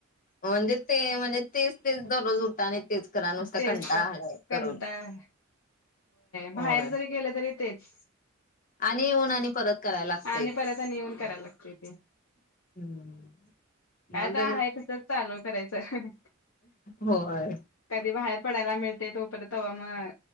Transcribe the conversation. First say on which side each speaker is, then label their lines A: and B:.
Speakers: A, on the left; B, on the left.
A: म्हणजे ते म्हणजे तेच तेच दररोज उठा आणि तेच करा नुसता
B: तेच
A: कंटाळा
B: काय
A: आलाय
B: कंटाळ
A: करून.
B: बाहेर
A: होय
B: जरी गेलं तरी तेच.
A: आणि येऊन आणि परत करायला लागतयच
B: आणि परत आणि येऊन करायला लागते ते
A: हम्म
B: काय
A: मग
B: तर आहे तसच चालू करायचं.
A: होय
B: कधी बाहेर पडायला मिळते तोपर्यंत तवा मग